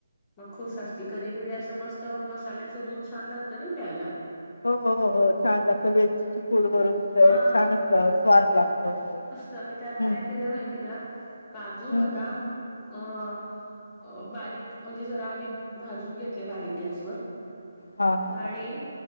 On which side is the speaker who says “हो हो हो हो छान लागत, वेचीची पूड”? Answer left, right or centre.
Left